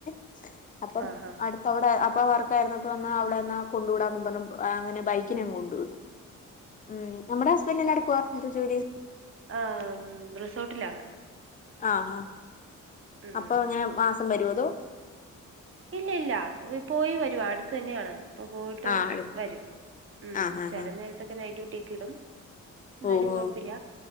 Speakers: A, on the left (about 25°); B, on the right (about 40°).
A: <inaudible> അപ്പം
B: ആഹാ
A: അടുത്ത അവടെ ഇപ്പ വർക്കായിരുന്നപ്പോ അന്ന് അവളെന്ന കൊണ്ടുവിടാന്നും പറഞ്ഞ് ആ അങ്ങനെ ബൈക്കിനങ് കൊണ്ടു വിട്ടു. ഉം നമ്മുടെ ഹസ്ബൻഡ് എന്നാ എടുക്കുവ എന്താ ജോലി?
B: ആ ഉം റിസോർട്ടിലാണ്.
A: ആഹ് ആഹ്
B: ഉം
A: അപ്പൊ എങ്ങനെ മാസം വ രുവോ? അതോ
B: ഇല്ല ഇല്ല പോയി വരുംവ അടുത്തന്നെയാണ്. ഇപ്പൊ പോയിട്ട്
A: ആഹ് എടു
B: വരും ഉം
A: ആഹ് ആഹ്
B: ചില
A: ആഹ്
B: നേരത്തൊക്കെ നൈറ്റ് ഡ്യൂട്ടിയൊക്കെയിടും. ഇന്നാലും
A: ഓഹ്
B: കൊഴപ്പില്ല